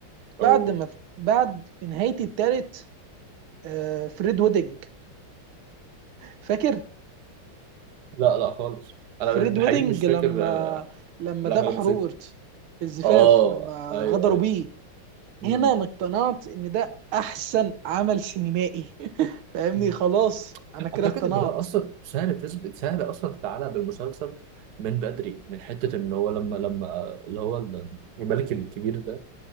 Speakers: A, on the right (about 60°); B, on the right (about 85°).
A: اه
B: بعد ما بعد في نهايه التالت آه فريد ويدنج فاكر
A: لا لا خالص انا
B: فريد
A: بحقيقي
B: ويدنج
A: مش فاكر
B: لما
A: آه،
B: لما
A: لا
B: ذبح
A: حاجه بسيطه
B: روبرت في الزفاف
A: اه
B: لما
A: ايوه
B: غدروا
A: ايوه
B: بيه
A: امم
B: هنا انا اقتنعت ان ده احسن عمل سينمائي <laughs> فاهمني
A: أمم.
B: خلاص انا
A: اعتقد
B: كده اقتنعت
A: ان هو اصلا سهل تثبت سهل اصلا تتعلق بالمسلسل من بدري من حته ان هو لما لما آه، اللي هو ال- الملك الكبير ده